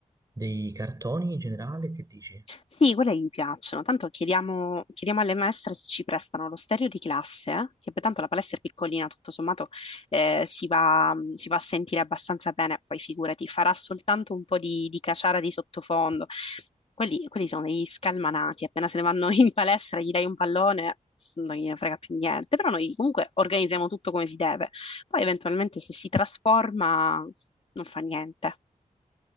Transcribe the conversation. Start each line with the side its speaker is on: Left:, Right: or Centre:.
Right: dei cartoni in generale, che dici?
Left: Sì, quelle gli piacciono. Tanto chiediamo, chiediamo alle maestre se ci prestano lo stereo di classe, eh, che poi tanto la palestra è piccolina, tutto sommato eh, si va, mm, si va a sentire abbastanza bene, poi figurati, farà soltanto un po' di, di caciara di sottofondo. Quelli, quelli sono degli scalmanati, appena se ne vanno <laughs> in palestra gli dai un pallone, non gliene frega più niente, però noi comunque organizziamo tutto come si deve. Poi eventualmente se si trasforma non fa niente.